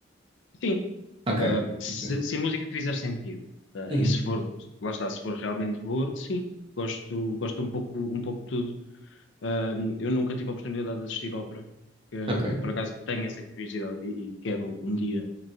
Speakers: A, on the left (about 70°); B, on the right (about 30°).
A: Sim,
B: Ok.
A: ah, se,
B: Ok.
A: se a música te fizer sentido, ah,
B: Uhum.
A: e se for, lá está, se for realmente boa, sim, gosto, gosto um pouco, um pouco de tudo. Ah, eu nunca tive a oportunidade de assistir ópera, que eu
B: Ok.
A: por acaso tenho essa curiosidade e, e quero um dia